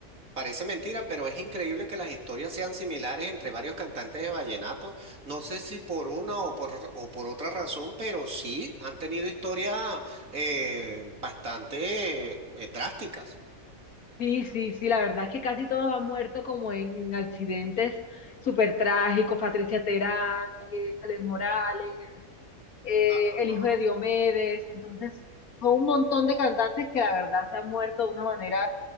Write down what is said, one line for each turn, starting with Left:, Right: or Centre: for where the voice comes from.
Right: Parece mentira, pero es increíble que las historias sean similares entre varios cantantes de vallenato. No sé si por una o por, or- o por otra razón, pero sí han tenido historias eh, bastante eh, drásticas.
Left: Sí, sí, sí, la verdad es que casi todos han muerto como en accidentes súper trágicos. Patricia Terán, eh, Ale Morales, eh,
Right: Ah,
Left: el
Right: Ajá.
Left: hijo de Diomedes, entonces son un montón de cantantes que la verdad se han muerto de una manera,